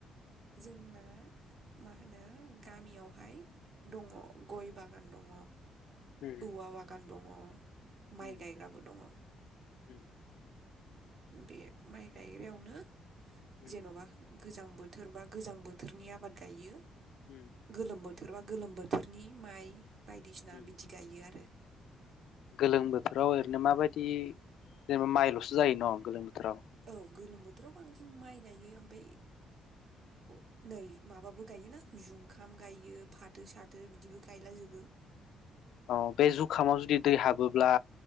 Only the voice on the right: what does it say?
जोंना मा होनो गामियावहाय दङ गय बागान दङ
औवा बागान दङ माइ
गायग्राबो दङ होम
बे माइ गायग्रायावनो
जेन'बा गोजां बो बोथोरबा गोजां बोथोरनि आबाद गायो।
गोलोम बो थोरबा गोलोम बोथोरनि माइ बायदिसिना
बिदि गायो आरो
औ गोलोम बोथोराव बांसिन माइ गायो ओमफाय ओ नै माबाबो गायोना जुंखाम गायो फाथो साथो बिदिबो गायला जोबो।